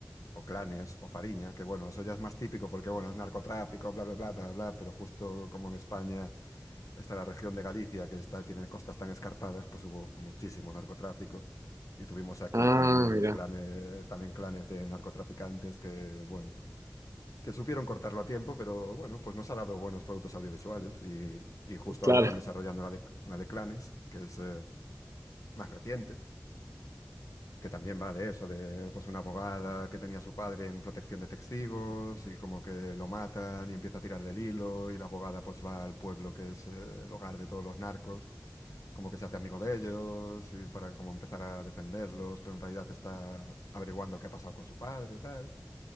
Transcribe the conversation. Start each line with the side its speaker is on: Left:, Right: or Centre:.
Left: o Clanes o Fariña, que bueno, eso ya es más típico porque bueno, es narcotráfico, bla, bla, bla, bla, bla, pero justo como en España está la región de Galicia que está, tiene costas tan escarpadas, pues hubo muchísimo narcotráfico y tuvimos aquí
Right: Ah,
Left: también
Right: mira,
Left: clanes, también clanes de narcotraficantes que bueno, que supieron cortarlo a tiempo, pero bueno, pues nos ha dado buenos productos audiovisuales y, y justo
Right: claro.
Left: ahora están desarrollando la de, la de Clanes, que es... eh, más reciente, que también va de eso, de pues una abogada que tenía a su padre en protección de testigos y como que lo matan y empieza a tirar del hilo y la abogada pues va al pueblo que es eh, el hogar de todos los narcos, como que se hace amigo de ellos y para como empezar a defenderlos, pero en realidad está averiguando qué ha pasado con su padre y tal.